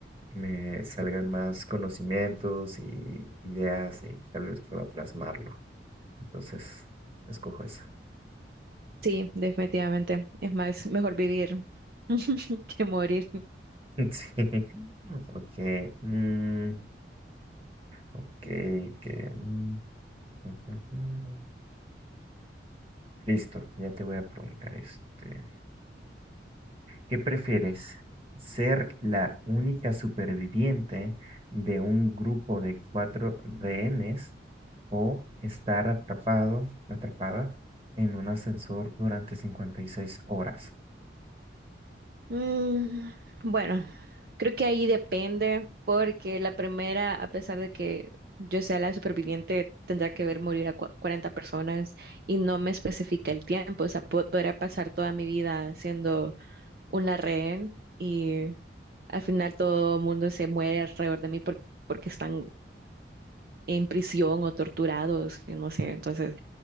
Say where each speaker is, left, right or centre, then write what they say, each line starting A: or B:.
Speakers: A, on the right (about 30°); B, on the right (about 55°).
A: me salgan más conocimientos y ideas y tal vez pueda plasmarlo. Entonces, escojo eso.
B: Sí, definitivamente. Es más, mejor vivir <laughs> que morir.
A: <laughs> Sí. Ok. mm, ok. Que, mm, <laughs> Listo, ya te voy a preguntar este. ¿Qué prefieres? ¿Ser la única superviviente de un grupo de cuatro rehenes o estar atrapado, atrapada en un ascensor durante 56 horas?
B: Mm, bueno, creo que ahí depende, porque la primera, a pesar de que yo sea la superviviente, tendrá que ver morir a cua- 40 personas y no me especifica el tiempo. O sea, po- podría pasar toda mi vida siendo una rehén y al final todo el mundo se muere alrededor de mí por- porque están en prisión o torturados, y no sé. Entonces,